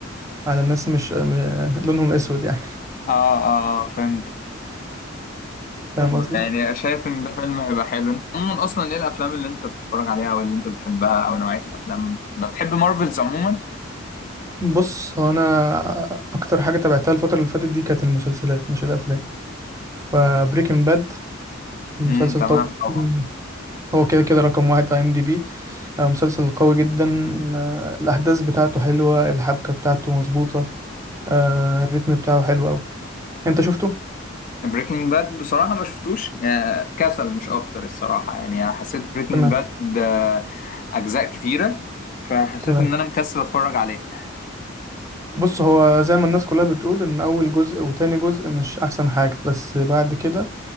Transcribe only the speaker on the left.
اه اه آه، فهمت
طب
يعني شايف ان ده فيلم هيبقى حلو انت عموما اصلا ايه الافلام اللي انت بتتفرج عليها او اللي انت بتحبها او نوعية الافلام اللي بتحبها بتحب مارفلز عموما
امم تمام
طبعا
بريكنج باد بصراحة ما شفتوش آه، كسل مش اكتر الصراحة يعني انا حسيت بريكنج
باد آه، اجزاء كتيرة فحسيت
ان انا مكسل اتفرج عليه